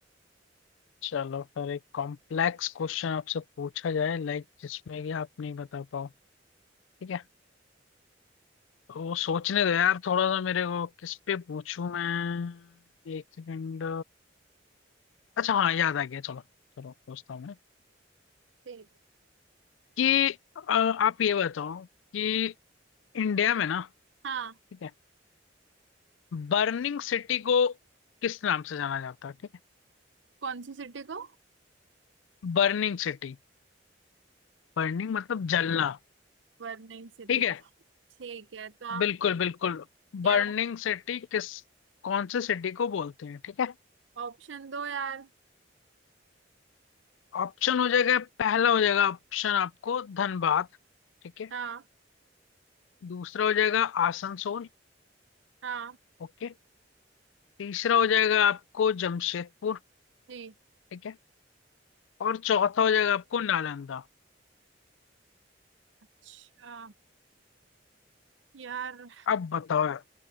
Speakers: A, on the left (about 90°); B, on the right (about 75°).
A: चलो फिर एक कॉम्प्लेक्स क्वेश्चन आपसे पूछा जाए लाइक जिसमें कि आप नहीं बता पाओ ठीक है तो वो सोचने दो यार थोड़ा सा मेरे को किस पे पूछूं मैं एक सेकंड अच्छा हाँ याद आ गया चलो चलो पूछता हूँ मैं
B: ठीक
A: कि अ, आप ये बताओ कि इंडिया में ना
B: हाँ
A: ठीक है बर्निंग सिटी को किस नाम से जाना जाता है ठीक है
B: कौन सी सिटी को
A: Burning city बर्निंग मतलब जलना
B: वर्निंग सिटी
A: ठीक है
B: ठीक है तो आप
A: बिल्कुल बिल्कुल
B: यार
A: बर्निंग सिटी किस कौन से सिटी को बोलते हैं ठीक है
B: ऑप्शन दो यार
A: ऑप्शन हो जाएगा पहला हो जाएगा ऑप्शन आपको धनबाद ठीक है
B: हाँ
A: दूसरा हो जाएगा आसनसोल
B: हाँ
A: ओके तीसरा हो जाएगा आपको जमशेदपुर
B: जी
A: ठीक है और चौथा हो जाएगा आपको नालंदा
B: अच्छा यार
A: अब बताओ यार